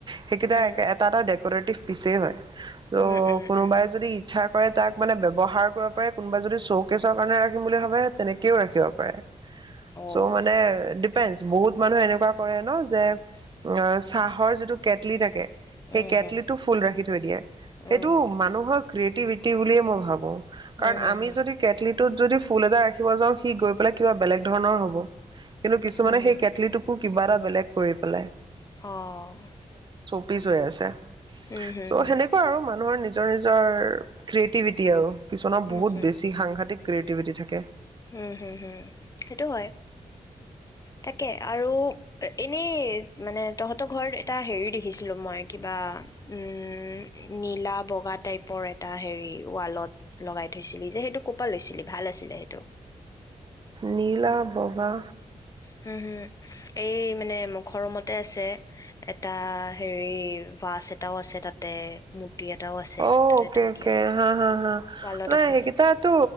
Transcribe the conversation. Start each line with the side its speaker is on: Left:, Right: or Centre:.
Right: সেইকেইটা
Left: উম
Right: এটা এটা ডেক'ৰেটিভ পিছে হয় ত'
Left: উম উম
Right: কোনোবাই
Left: উম উম।
Right: যদি ইচ্ছা কৰে তাক মানে ব্যৱহাৰ কৰিব পাৰে কোনোবাই যদি শ্চ কেছৰ কাৰণে ৰাখিম বুলি ভাবে তেনেকেও ৰাখিব পাৰে।
Left: অ'
Right: চ' মানে বহুত মানুহে এনেকুৱা কৰে ন যে অ' চাহৰ যিটো কেটলি থাকে। সেই
Left: উম
Right: কেটলিটো
Left: হুম
Right: ফুল ৰাখি থৈ দিয়ে, সেইটো
Left: উম
Right: মানুহৰ ক্ৰিয়েটিভিটি বুলি বুলি মই ভাবো, কাৰণ
Left: উম হুম
Right: আমি
Left: হুম
Right: যদি কেটলি তোত যদি ফুল এটা ৰাখিব যাওঁ সি গৈ পেলাই কিবা বেলেগ ধৰণৰ হ'ব। কিন্তু কিছুমানে
Left: উম হুম
Right: সেই কেটলিটোকো কিবা এটা বেলেগ কৰি পেলাই।
Left: অ'।
Right: পিছ হৈ আছে।
Left: উম হুম
Right: চ'
Left: হুম
Right: সেনেকুৱা আৰু মানুহৰ নিজৰ নিজৰ নিজৰ। ক্ৰিয়েটিভিটি আৰু। ো কিছুমানৰ
Left: উম
Right: বহুত
Left: হুম
Right: বেছি সাংঘাটিক। ক্ৰিয়েটিভিটি থাকে।
Left: উম হম হম, সেইটো হয় তাকে আৰু এনেই মানে তহঁতৰ ঘৰত এটা হেৰি দেখিছিলো মই কিবা উম নীলা বগা টাইপৰ এটা হেৰি ৱালত লগাই থৈছিলি যে সেইটো ক'ৰপা লৈছিলি ভাল আছিলে সেইটো।
Right: নীলা বগা
Left: হুম, হুম। এই মানে মুখৰ ৰূমত। আছে এটা হেৰি বাছ এটাও আছে তাতে। এটাও আছে
Right: অ'
Left: তাতে
Right: অকে,
Left: থৈ
Right: অকে,
Left: দিয়া
Right: হা, হা, হা
Left: ৱালত
Right: নাই
Left: আছে
Right: সেইকেইটাটো
Left: যে